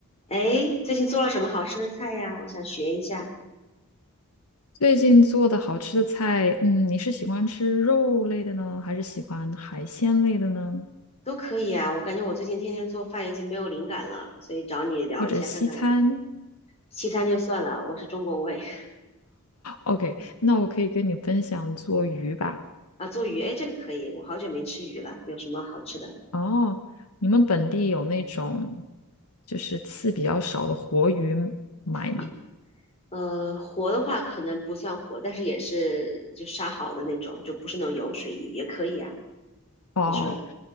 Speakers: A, on the left (about 30°); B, on the left (about 80°).
A: 哎，最近做了什么好吃的菜呀？我想学一下，
B: 最近做的好吃的菜，嗯，你是喜欢吃肉类的呢，还是喜欢海鲜类的呢，
A: 都可以啊。我感觉我最近天天做饭已经没有灵感了，所以找你聊一下看看。
B: 或者西餐
A: 西餐就算了，我是中国胃
B: ？OK，那我可以跟你分享做鱼吧。
A: <laughs> 啊，做鱼，哎，这个可以，我好久没吃鱼了。有什么好吃的？
B: 哦，你们本地有那种就是刺比较少的活鱼买吗？
A: 你呃，活的话可能不算活，但是也是就杀好的那种，就不是那种油水鱼，也可以啊。
B: 哦，
A: 你说也，